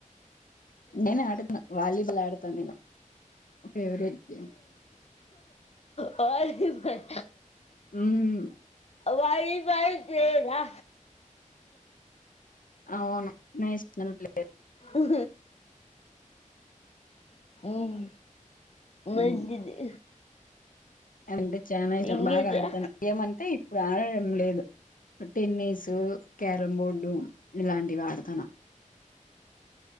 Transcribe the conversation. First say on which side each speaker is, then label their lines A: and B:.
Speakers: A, on the left; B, on the left.
A: నేను ఆడతున్నా వాలీబాల్ ఆడతాను నేను ఫేవరెట్ గేమ్.
B: వొలీబాల్
A: హ్మ్మ్
B: వాలీబాల్ గేమ్ ఆ
A: అవును నేషనల్ ప్లే.
B: <unintelligible> ఉమ్
A: హ్మ్.
B: ఏంటిది
A: అంటే చాలాఇష్టం
B: ఇంకేదా
A: బాగా ఆడతాను ఏమంటే ఇప్పుడు ఆడడం లేదు టెన్నిస్ క్యారం బోర్డు ఇలాంటివి అడాతాన